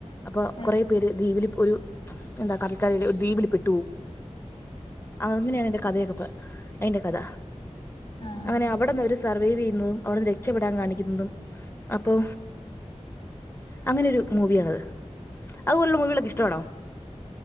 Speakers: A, on the left; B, on the left.
A: അപ്പൊ
B: ആഹ്
A: കൊറെ ഇതിലിപ്പൊരു എന്താ കടൽക്കരയിൽ ഒര് ദ്വീപിൽ പെട്ട് പോയി. അങ്ങനെണയ്ൻ്റെ കഥയൊക്കെ പ അയ്ന്റെ കഥ
B: ആഹ്
A: അങ്ങനെ
B: ശരി
A: അവടെന്ന് ഒര് സ് സർവൈവെയ്യുന്നും അവട്ന്ന് രക്ഷപ്പെടാൻ കാണിക്കുന്നതും അപ്പൊ അങ്ങനൊരു മൂവ്യാണത്. അതുപോലുള്ള മൂവികലോക്കെഷ്ടമാണോ?